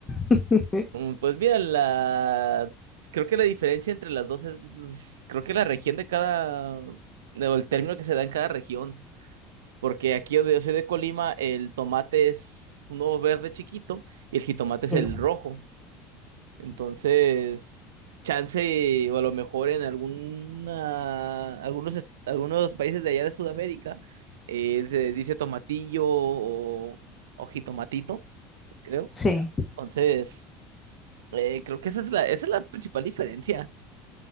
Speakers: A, on the left; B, on the right.
A: <laughs>
B: Mm, Pues mira, la... creo que la diferencia entre las dos es, es- creo que la región de cada, o el término que se da en cada región, porque aquí donde yo soy de Colima, el tomate es uno verde chiquito y el jitomate es
A: Sí,
B: el
A: no,
B: rojo. Entonces, chance o a lo mejor en alguna, algunos, es- algunos países de allá de Sudamérica eh, se dice tomatillo o, o jitomatito, creo.
A: sí,
B: Entonces... Eh, creo que esa es la, esa es la principal diferencia,